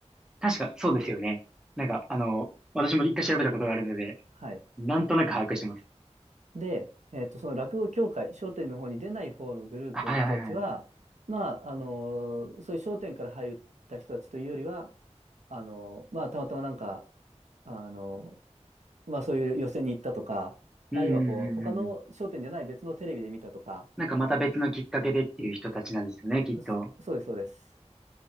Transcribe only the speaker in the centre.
確か、そうですよね。なんか、あの、私も一回調べたことがあるので、
なんとなく把握してます。
はいはいはい。
うん、
うん、うん、
うんうん。なんかまた別のきっかけでっていう人たちなんですよね、きっと。